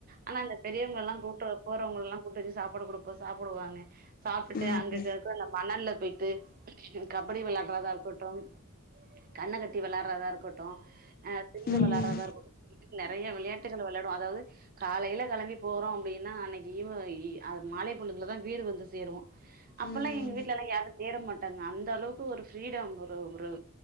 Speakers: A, on the right; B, on the left.
A: ஆனா அந்த பெரியவங்க எல்லா கூப்டு போறவங்க வங்கல்லா கூட்டு வச்சி சாப்பாடு குடுப்போ சாப்புடுவாங்க சாப்டுட்டு
B: ம் ம்
A: அங்கக்க இருக அந்த மணல்ல போயிட்டு கபடி விளையாட்றதா இருக்கட்டும் கண்ண கட்டி விளாட்றதா இருக்கட்டு அ சில்லு
B: ம்
A: விளாட்றதா இருக்கட்டு டுகல் நறைய விளையாட்டுகள விளையாடுவோ அதாது காலைல களம்பி போறோ அப்டின்னா அன்னைக்கு ஈவ்வ ஈ மாலை பொழுதுலதா வீடு வந்து சேருவோ அப்பல்லா
B: ம்
A: எங்க வீட்லல்லா யான தேட மாட்டாங்க அந்த அளவுக்கு ஒரு ஃப்ரீடம் ஒரு ஒரு ஒரு